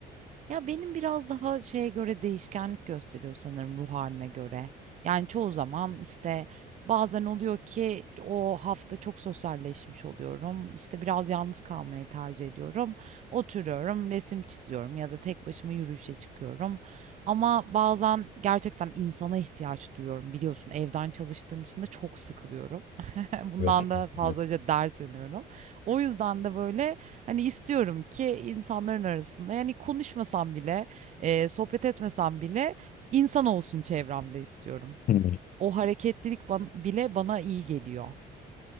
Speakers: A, on the right; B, on the left.
A: Ya benim biraz daha şeye göre değişkenlik gösteriyor sanırım ruh halime göre. Yani çoğu zaman işte bazen oluyor ki o hafta çok sosyalleşmiş oluyorum. İşte biraz yalnız kalmayı tercih ediyorum. Oturuyorum, resim çiziyorum ya da tek başıma yürüyüşe çıkıyorum. Ama bazen gerçekten insana ihtiyaç duyuyorum biliyorsun. Evden çalıştığım için de çok sıkılıyorum. <laughs> Bundan
B: Evet.
A: da fazlaca
B: Evet.
A: dert yanıyorum. O yüzden de böyle hani istiyorum ki insanların arasında yani konuşmasam bile, e, sohbet etmesem bile insan olsun çevremde istiyorum.
B: Hmm.
A: O hareketlilik ban- bile bana iyi geliyor.